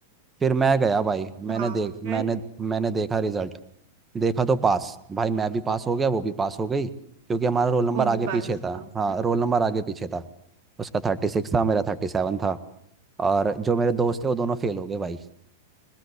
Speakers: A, on the right; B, on the right.
A: फिर मैं गया भाई
B: चार
A: मैंने देख
B: फिर
A: मैंने मैंने देखा रिजल्ट देखा तो पास भाई मैं भी पास हो गया वो भी पास हो गई क्योंकि हमारा रोल नंबर
B: वो
A: आगे
B: भी पास
A: पीछे था
B: हाँ
A: हाँ रोल नंबर आगे पीछे था उसका थर्टी सिक्स था मेरा थर्टी सेवन था और जो मेरे दोस्त थे वो दोनों फेल हो गए भाई